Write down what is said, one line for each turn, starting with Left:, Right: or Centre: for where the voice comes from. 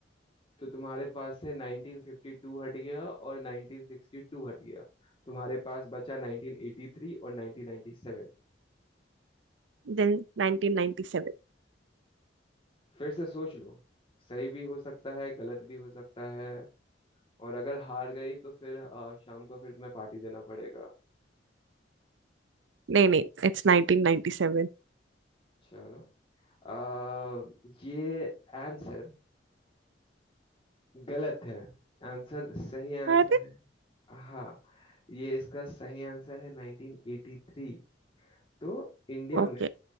Left: तो तुम्हारे पास से 1952 हट गया और 1962 हट गया तुम्हारे पास बचा 1983 और 1997
Right: Then nineteen ninety seven
Left: फिर से सोच लो सही भी हो सकता है गलत भी हो सकता है और अगर हार गई तो फिर अ, शाम को फिर तुम्हें पार्टी देना पड़ेगा
Right: नहीं नहीं इट्स नाइनटीन नाइनटी सेवन
Left: चलो आ, ये आंसर गलत है आंसर सही आंसर
Right: अरे
Left: है हाँ ये इसका सही आंसर है 1983 तो इंडिया
Right: ओके
Left: में